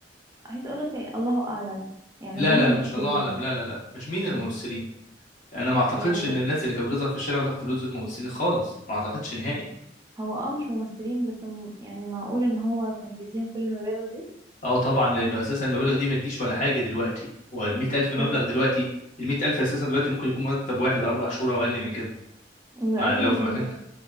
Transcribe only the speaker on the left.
لا
لا
لا مش الله اعلم لا لا لا مش مين الممثلين انا ما اعتقدش
ان الناس اللي كانت بتظهر في الشارع بتاخد فلوس دول ممثلين خالص ما اعتقدش نهائي
اه طبعا لانه اساسا المبالغ دي ما تجيش ولا حاجه دلوقتي هو ال 100000 مبلغ
دلوقتي ال 100000 اساسا دلوقتي ممكن يكون مرتب واحد اربع شهور او اقل من كده
ما
لو
في
مكان